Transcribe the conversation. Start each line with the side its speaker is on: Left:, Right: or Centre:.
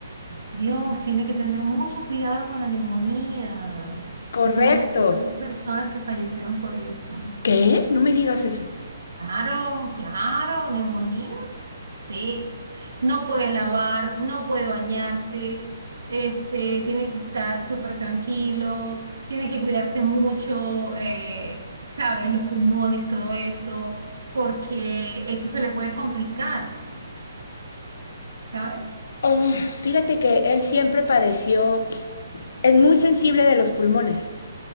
Right: Dios, tiene que tener mucho cuidado con la neumonía.
Left: Correcto.
Right: Yo conozco varias personas que fallecieron por eso.
Left: ¿Qué? No me digas eso.
Right: Claro, claro, neumonía. Sí, no puede lavar, no puede bañarse, este, tiene que estar súper tranquilo, tiene que cuidarse mucho, eh, ¿sabes? Los pulmones, todo eso, porque eso se le puede complicar, ¿sabes?
Left: Oh, fíjate que él siempre padeció, es muy sensible de los pulmones.